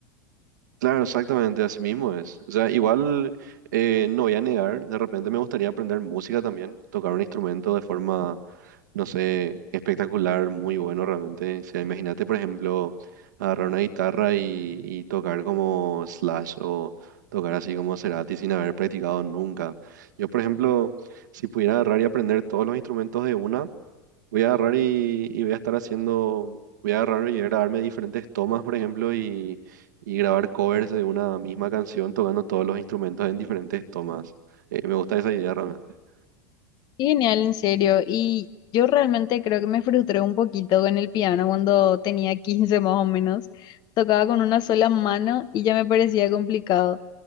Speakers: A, on the right; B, on the left.
A: Claro, exactamente, así mismo es. O sea, igual eh, no voy a negar, de repente me gustaría aprender música también, tocar un instrumento de forma, no sé, espectacular, muy bueno realmente. O sea, imagínate, por ejemplo, agarrar una guitarra y, y tocar como Slash o tocar así como Cerati sin haber practicado nunca. Yo, por ejemplo, si pudiera agarrar y aprender todos los instrumentos de una, Voy a agarrar y, y voy a estar haciendo, voy a agarrar y grabarme diferentes tomas, por ejemplo, y, y grabar covers de una misma canción tocando todos los instrumentos en diferentes tomas. Eh, me gusta esa idea realmente. <laughs>
B: Qué genial, en serio. Y yo realmente creo que me frustré un poquito con el piano cuando tenía 15 más o menos. Tocaba con una sola mano y ya me parecía complicado.